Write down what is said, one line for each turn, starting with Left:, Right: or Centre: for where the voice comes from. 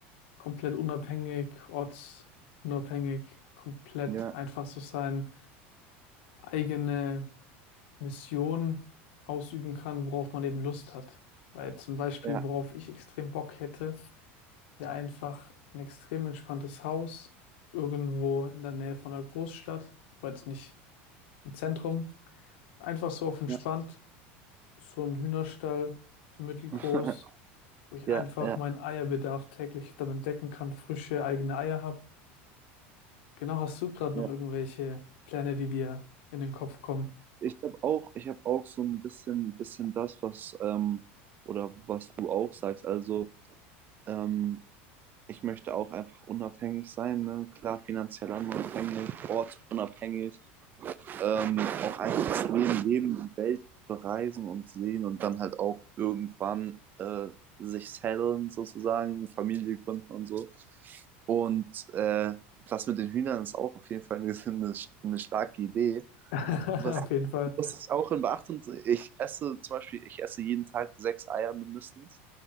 Left: komplett unabhängig, ortsunabhängig, komplett
Right: ja,
Left: einfach so seine eigene Mission ausüben kann, worauf man eben Lust hat. Weil zum Beispiel,
Right: ja,
Left: worauf ich extrem Bock hätte, wäre einfach ein extrem entspanntes Haus, irgendwo in der Nähe von einer Großstadt, aber jetzt nicht im Zentrum. Einfach so auf entspannt
Right: ja,
Left: so ein Hühnerstall, so mittelgroß,
Right: <laughs>
Left: wo ich
Right: ja,
Left: einfach
Right: ja.
Left: meinen Eierbedarf täglich damit decken kann, frische eigene Eier habe. Genau, hast du gerade
Right: ja.
Left: noch irgendwelche Pläne, die dir in den Kopf kommen?
Right: Ich habe auch, ich habe auch so ein bisschen, bisschen das, was ähm, oder was du auch sagst. Also ähm, ich möchte auch einfach unabhängig sein, ne? Klar, finanziell unabhängig, ortsunabhängig, ähm, auch einfach das Leben, leben, die Welt bereisen und sehen und dann halt auch irgendwann äh, sich settlen sozusagen, Familie gründen und so. Und äh, das mit den Hühnern ist auch auf jeden Fall eine, <laughs> eine, eine starke Idee.
Left: <laughs>
Right: Was,
Left: Auf jeden Fall.
Right: muss ich auch in Beachtung, ich esse zum Beispiel, ich esse jeden Tag sechs Eier mindestens.